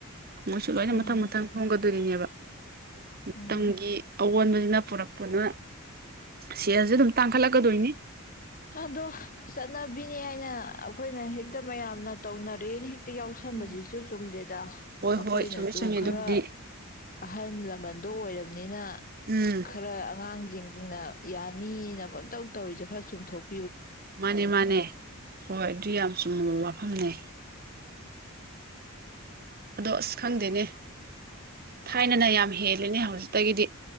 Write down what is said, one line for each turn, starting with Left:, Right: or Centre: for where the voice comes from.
Right: ꯃꯣꯏꯁꯨ ꯂꯣꯏꯅ
Left: ꯎꯝ
Right: ꯃꯊꯪ ꯃꯊꯪ ꯍꯣꯡꯒꯗꯣꯏꯔꯤꯅꯦꯕ ꯃꯇꯝꯒꯤ
Left: ꯎꯝ
Right: ꯑꯑꯣꯟꯕꯁꯤꯅ ꯄꯨꯔꯛꯄꯅ ꯁꯦꯜꯁꯨ ꯑꯗꯨꯝ ꯇꯥꯡꯈꯠꯂꯛꯀꯗꯣꯏꯅꯤ
Left: ꯑꯗꯣ ꯆꯅꯕꯤ ꯅꯦ ꯍꯥꯏꯅ ꯑꯩꯈꯣꯏꯅ ꯍꯦꯛꯇ ꯃꯌꯥꯝꯅ ꯇꯧꯅꯔꯦꯅ ꯍꯦꯛ ꯍꯦꯛꯇ ꯌꯥꯎꯁꯟꯕꯁꯤꯁꯨ
Right: ꯎꯝ
Left: ꯆꯨꯝꯗꯦꯗ
Right: ꯍꯣꯏ
Left: ꯑꯩꯈꯣꯏꯅꯁꯨ
Right: ꯍꯣꯏ ꯆꯨꯝꯃꯤ ꯆꯨꯝꯃꯤ
Left: ꯈꯔ
Right: ꯑꯗꯨꯕꯨꯗꯤ
Left: ꯑꯍꯜ ꯂꯃꯟꯗꯣ ꯑꯣꯏꯔꯒ ꯅꯤꯅ
Right: ꯎꯝ
Left: ꯈꯔ ꯑꯉꯥꯡꯁꯤꯡ ꯅ ꯌꯥꯅꯤꯅ ꯄꯪꯇꯧ ꯇꯧꯔꯤꯁꯦ ꯈꯔ ꯆꯨꯝꯊꯣꯛ
Right: ꯃꯥꯅꯦ ꯃꯥꯅꯦ ꯍꯣꯏ ꯑꯗꯨ ꯌꯥꯝ ꯆꯨꯝꯃꯕ ꯋꯥꯐꯝꯅꯦ ꯑꯗꯣ ꯑꯁ ꯈꯪꯗꯦꯅꯦ ꯊꯥꯏꯅꯅ ꯌꯥꯝ ꯍꯦꯜꯂꯦꯅꯦ ꯍꯧꯖꯤꯛꯇꯒꯤꯗꯤ